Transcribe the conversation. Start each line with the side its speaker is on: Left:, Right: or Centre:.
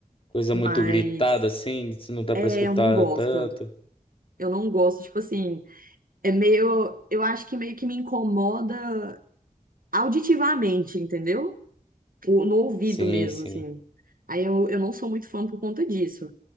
Left: Coisa
Right: Mas,
Left: muito gritada, assim, que não dá
Right: é,
Left: pra escutar
Right: eu não gosto.
Left: tanto.
Right: Eu não gosto, tipo assim. É meio. Eu acho que meio que me incomoda auditivamente, entendeu? O- no ouvido
Left: Sim,
Right: mesmo,
Left: sim.
Right: assim. Aí eu, eu não sou muito fã por conta disso.